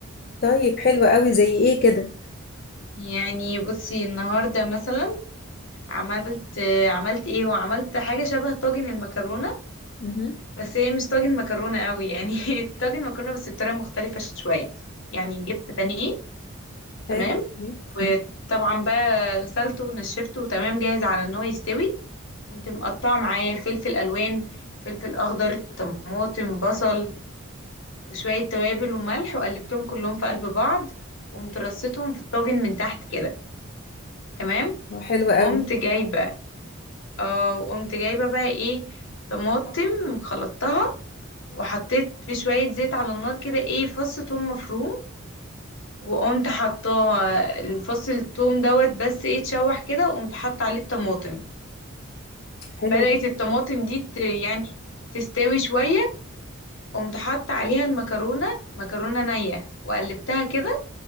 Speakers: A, on the left; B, on the left.
A: طيب حلو قوي زي ايه كده؟
B: يعني بصي النهارده مثلا عملت آه، عملت ايه وعملت حاجة شبه طاجن المكرونة
A: مهم.
B: بس هي مش طاجن مكرونة قوي يعني <laughs> طاجن مكرونة بس بطريقة مختلفة شوية يعني جبت بانيه تمام
A: حلو
B: وطبعا
A: مم.
B: بقى غسلته ونشفته تمام جاهز على ان هو يستوي قمت مقطعة معاه فلفل ألوان فلفل أخضر طماطم بصل وشوية توابل وملح وقلبتهم كلهم في قلب بعض وقمت رصيتهم في الطاجن من تحت كده تمام
A: حلو
B: وقمت
A: قوي
B: جايبة اه وقمت جايبة بقى ايه طماطم خلطتها وحطيت في شوية زيت على النار كده ايه فص توم مفروم وقمت حطاه فص التوم دوت بس ايه اتشوح كده وقمت حاطة عليه الطماطم
A: حلو
B: بدأت الطماطم دي ت- يعني تستوي شوية قمت حاطة عليها المكرونة مكرونة نية وقلبتها كده